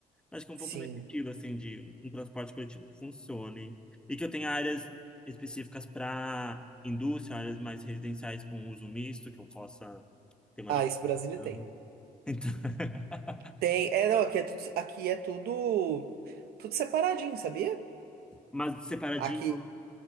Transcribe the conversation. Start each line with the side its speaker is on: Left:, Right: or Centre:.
Centre: Acho que é um
Right: Sim.
Centre: pouco nesse estilo, assim, de um transporte coletivo que funcione. E que eu tenha áreas específicas para indústria, áreas mais residenciais com uso misto, que eu possa ter uma
Right: Ah,
Centre: diversificação.
Right: isso Brasília tem.
Centre: Então, <laughs>
Right: Tem, é, não, aqui é tudo, aqui é tudo, tudo separadinho, sabia?
Centre: mas separadinho,
Right: Aqui,